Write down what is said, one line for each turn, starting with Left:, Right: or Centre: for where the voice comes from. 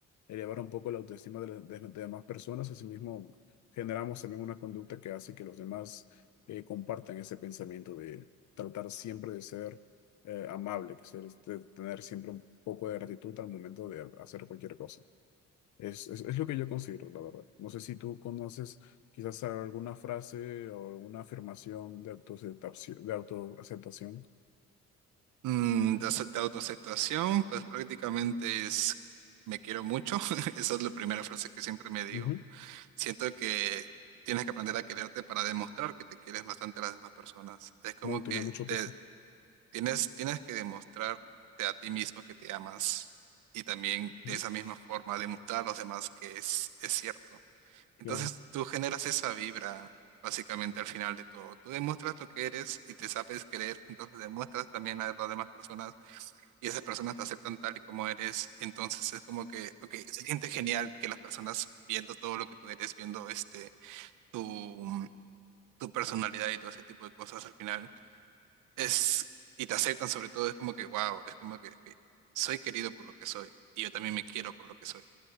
Left: elevar un poco la autoestima de las de las demás personas. Asimismo, generamos también una conducta que hace que los demás eh, compartan ese pensamiento de tratar siempre de ser eh, amable, que ser, este, tener siempre un poco de gratitud al momento de hacer cualquier cosa. Es, es, es lo que yo considero, la verdad. No sé si tú conoces quizás alguna frase o alguna afirmación de autoaceptación, de autoaceptación.
Right: Mm, de, ace- de autoaceptación, pues prácticamente es me quiero mucho, <laughs> esa es la primera frase que siempre me digo.
Left: Ujú.
Right: Siento que tienes que aprender a quererte para demostrar que te quieres bastante a las demás personas. Es como
Left: No,
Right: que
Left: tiene mucho
Right: te
Left: peso.
Right: tienes, tienes que demostrarte a ti mismo que te amas y también
Left: Ujú,
Right: de esa misma forma demostrar a los demás que es, es cierto.
Left: Claro,
Right: Entonces tú generas esa vibra básicamente al final de todo. Tú demuestras lo que eres y te sabes querer, entonces demuestras también a las demás personas y esas personas te aceptan tal y como eres. Entonces es como que, ok, se siente genial que las personas viendo todo lo que tú eres, viendo este tu, tu personalidad y todo ese tipo de cosas al final es, y te aceptan sobre todo, es como que, wow, es como que ok, soy querido por lo que soy y yo también me quiero por lo que soy.